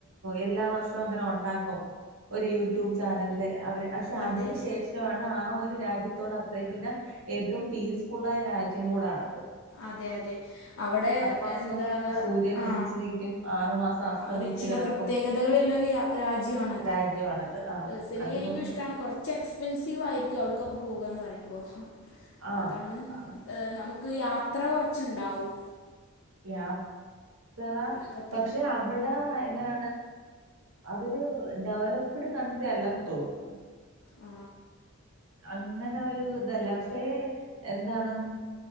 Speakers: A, on the right (about 70°); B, on the left (about 60°).
A: എല്ലാ വർഷവും അങ്ങനെ ഉണ്ടാക്കും ഒരു യൂട്യൂബ് ചാനലില് അവര് പക്ഷെ
B: അതെ
A: അതിന് ശേഷമാണ് ആ ഒരു രാജ്യത്ത് ത്തോ അത്രയും പിന്നെ ഏറ്റവും പീസ്ഫുള്ളായ രാജ്യം കൂടാണ്
B: അതെ അതെ അവിടെ
A: മാസം
B: എന്താ
A: സൂര്യൻ
B: ആ
A: ഉദിച്ചു നിക്കും ആറു മാസം അസ്തമിച്ചു
B: ഒരു ചില
A: കിടക്കും
B: പ്രത്യേകതകളുള്ളൊരു രാ- രാജ്യമാണത്
A: രാജ്യമാണത് ആ
B: പേഴ്സണലി
A: അതുകൊണ്ട്
B: എനിക്കും ഇഷ്ടമാണ് കുറച്ച് എക്സ്പെൻസീവ് ആയിരിക്കും അവിടക്കൊക്കെ പോവുകയന്ന് പറയുമ്പോ
A: ആ
B: അതാണ്
A: ആ,
B: ഏ നമുക്ക് ക്ക് യാത്ര കൊറച്ചുണ്ടാവും
A: യാത്ര
B: ഇപ്പോഴത്തെ
A: പക്ഷെ അവിടെ എങ്ങന അതൊരു ഡെവലപ്ഡ് കൺട്രി അല്ലന്ന് തോന്നുന്നു
B: ആ
A: അങ്ങനെ ഒരു ഇതല്ല പക്ഷേ എന്താണ്